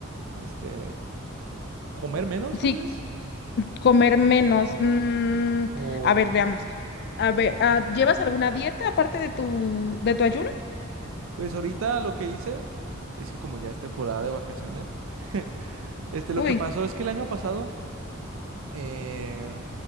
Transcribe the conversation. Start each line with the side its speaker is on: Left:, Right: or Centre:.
Right: este, comer menos, tal
Left: Sí,
Right: vez.
Left: Comer menos. mm,
Right: O...
Left: a ver, veamos. A ver, ah, ¿llevas alguna dieta aparte de tu, de tu ayuno?
Right: Pues ahorita lo que hice es que como ya es temporada de vacaciones, <laughs> este, lo
Left: Uy,
Right: que pasó es que el año pasado eh,